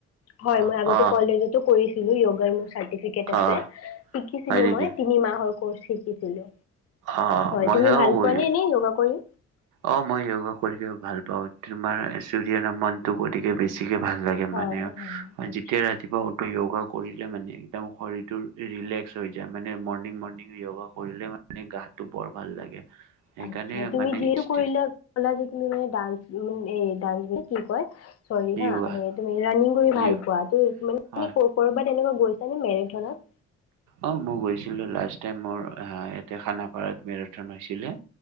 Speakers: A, on the left; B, on the right.
A: হয়
B: অ',
A: মই আগতেও কলেজতো কৰিছিলো য়গাৰ মোৰ চাৰটিফিকেট আছে।
B: অ',
A: শিকিছিলো
B: হয় নেকি?
A: মই তিনি মাহৰ কউচ' শিকিছিলো
B: অ',
A: হয়
B: মইও
A: তুমি ভাল
B: কৰি
A: পোৱা নে এনে য়গা কৰি?
B: অ মই য়গা কৰিক ভাল পাওঁ তোমাৰ চৰিয় নমণ টো কৰিকে বেছিকে ভাল লাগে
A: হয়
B: মানে যেতিয়া
A: হয় আচ্ছা।
B: ৰাতিপুৱা উ- প্ৰি য়োগা কৰিলে মানে একদম শৰীৰটোৰ ৰিলেক্স হৈ যায় মানে মৰ্ণিং মৰ্ণিং য়োগা কৰিলে মানে গাটো বৰ ভাল লাগে। সেইকাৰণে
A: আচ্ছা তুমি
B: মানে
A: যিহেতু পুৰিলক কলা যে তুমি মানে ডান্স <unintelligible> দান নে কি কয় চৰি
B: য়োগা
A: হা হে তুমি ৰাণিং কৰি ভাল
B: য়োগ
A: পোৱা ত মানে
B: হয়
A: ক কৰবাত তেনেকুৱা গৈছেনে মেৰেথনত
B: অ মই গৈছিলো লাষ্ট টাইম মোৰ আ ইয়াতে খানাপাৰাত মেৰাথন হৈছিলে।